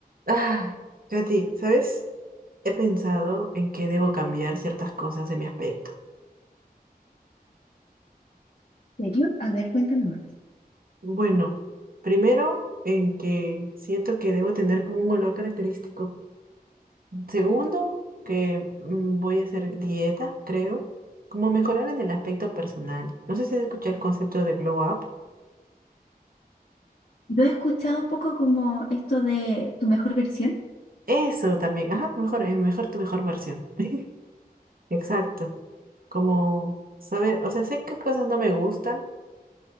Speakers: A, on the right; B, on the left.
A: Ay, Katy, ¿sabes? He pensado en que debo cambiar ciertas cosas de mi aspecto.
B: ¿En serio? A ver, cuéntame más.
A: Bueno, primero, en que siento que debo tener como un olor característico. Segundo, que mm, voy a hacer dieta, creo. Como mejorar en el aspecto personal. No sé si has escuchado el concepto de glow up.
B: Yo he escuchado un poco como esto de tu mejor versión.
A: Eso también. Ajá, mejor, eh, mejor tu mejor versión. <laughs> Exacto. Como saber, o sea, sé qué cosas no me gustan